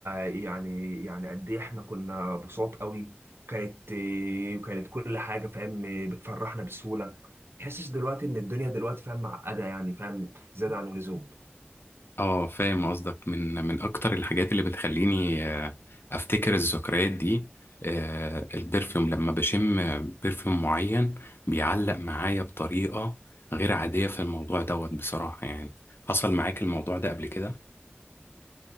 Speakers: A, on the right; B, on the left.
A: يعني يعني قد ايه احنا كنا بساط قوي كانت كانت كل حاجه فاهم بتفرحنا بسهوله تحسش دلوقتي ان الدنيا دلوقتي فاهم معقده يعني فاهم زياده عن اللزوم
B: اه فاهم قصدك من من اكتر الحاجات اللي بتخليني آه، افتكر الذكريات دي آه، البرفيوم لما بشم برفيوم معين بيعلق معايا بطريقة غير عادية في الموضوع دوت بصراحة يعني حصل معاك الموضوع ده قبل كده